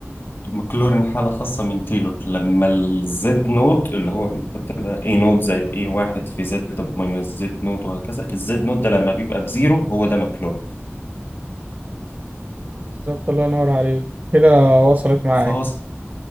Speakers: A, on the left; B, on the right.
A: ماكلورين حالة خاصة من تيلور لما الزد نود اللي هو انت بتبقى اي نود زائد اي واحد في زد ماينس زد نود وهكذا الزد نود ده لما بيبقى بزيرو هو ده ماكلورين
B: بالظبط الله ينور عليك كده وصلت معايا
A: فهو س-